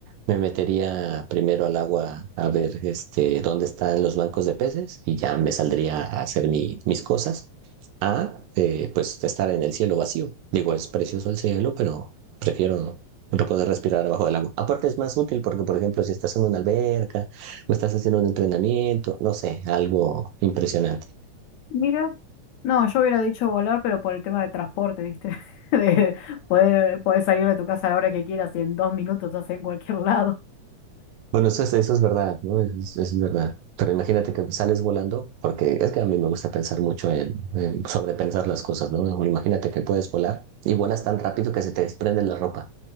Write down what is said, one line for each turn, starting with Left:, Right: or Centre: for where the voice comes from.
Right: me metería primero al agua a ver este, dónde están los bancos de peces y ya me saldría a hacer mi- mis cosas. A, eh, pues estar en el cielo vacío. Digo, es precioso el cielo, pero prefiero no poder respirar abajo del agua. Aparte es más útil porque, por ejemplo, si estás en una alberca o estás haciendo un entrenamiento, no sé, algo impresionante.
Left: Mira. No, yo hubiera dicho volar, pero por el tema de transporte, ¿viste? <laughs> De poder, poder salir de tu casa a la hora que quieras y en dos minutos estás en cualquier lado.
Right: Bueno, eso, es- eso es verdad, ¿no? Eso es, es verdad. Pero imagínate que sales volando, porque es que a mí me gusta pensar mucho en, en sobrepensar las cosas, ¿no? Imagínate que puedes volar y vuelas tan rápido que se te desprende la ropa.